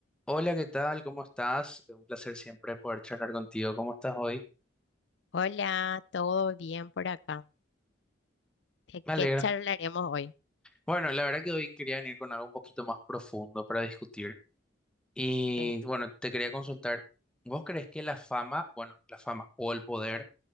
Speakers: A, in the centre; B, on the left (about 65°).
A: Hola, ¿qué tal? ¿Cómo estás? Un placer siempre poder charlar contigo. ¿Cómo estás hoy?
B: Hola, ¿todo bien por acá? ¿De
A: Me
B: qué
A: alegro.
B: charlaremos hoy?
A: Bueno, la verdad que hoy quería venir con algo un poquito más profundo para discutir. Y
B: Eh,
A: bueno, te quería consultar, ¿vos crees que la fama, bueno, la fama o el poder